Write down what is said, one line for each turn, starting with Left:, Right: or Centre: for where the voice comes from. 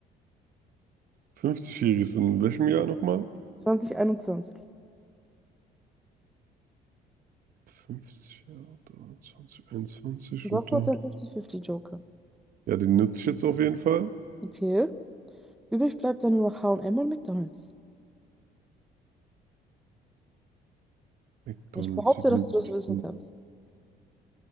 Right: 50-jährig ist in welchem Jahr nochmal?
Centre: 2021.
Right: 50 Jahre, 23, 21
Centre: Du
Right: und
Centre: hast
Right: dann.
Centre: noch den 50-50 Joker.
Right: Ja, den nutze ich jetzt auf jeden Fall.
Centre: Okay. Übrig bleibt dann nur noch H&M und M und McDonald's.
Right: McDonald's.
Centre: Ich behaupte,
Right: wie lange
Centre: dass du das
Right: gibt's
Centre: wissen
Right: den?
Centre: kannst.